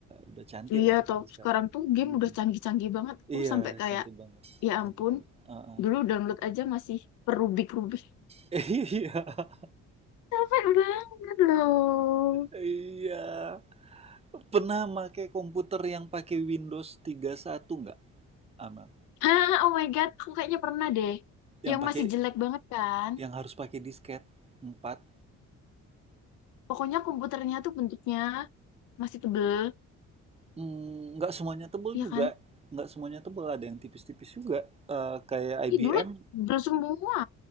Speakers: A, on the right (about 20°); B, on the left (about 80°).
A: udah cantik
B: iya
A: lah
B: tau
A: yang sekarang.
B: sekarang tuh game
A: Mm.
B: udah canggih-canggih banget aku
A: Iya,
B: sampai kayak
A: cantik banget,
B: ya
A: cantik
B: ampun
A: banget. Uh-uh.
B: dulu download aja masih perubik-rubik
A: <laughs> Iya,
B: capek banget loh
A: iya. Pernah pakai komputer yang pakai Windows tiga puluh satu nggak, Amel?
B: Hah, oh my God, aku kayaknya pernah deh.
A: Yang
B: Yang
A: pakai,
B: masih jelek banget kan.
A: yang harus pakai disket 4.
B: Pokoknya komputernya tuh bentuknya masih tebel,
A: Mm, nggak semuanya tebal
B: iya
A: juga,
B: kan?
A: nggak semuanya tebal, Ada yang tipis-tipis juga. Eh, kayak IBM.
B: Ih, dulu tebel semua.